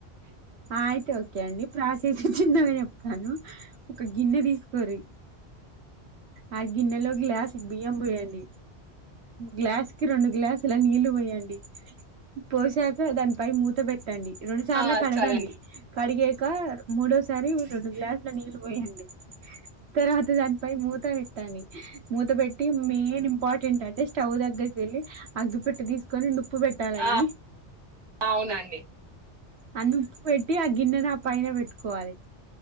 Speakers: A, on the right; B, on the right.
A: ఆ అయితే ఓకే అండి ప్రాసేస్ చిన్నగా చెప్తాను ఒక గిన్నె తీసుకోరి ఆ గిన్నెలో గ్లాసు బియ్యం పోయ్యడి గ్లాస్కి రొండు గ్లాస్ లా నీళ్లు పోయండి యండి పోసాక దానిపై మూత పెట్టండి ఇరండు చాల
B: ఆ
A: <unintelligible> కడగండి
B: సరేండి
A: కడిగాక మూడోసారి రెండు గ్లాసుల నీళ్ళు పోయండి తర్వాత దానిపై మూత పెట్టండి మూత పెట్టి మెయిన్ ఇంపార్టెంట్ అంటే స్టవ్ దగ్గరికి వెళ్ళి అగ్గి పెట్టె తీసుకొని ను ఉప్పు పెట్టాలండి.
B: ఆ అవునండి
A: అన్నప్పు పెట్టి ఆ గిన్నెను ఆ పైన పెట్టుకోవాలి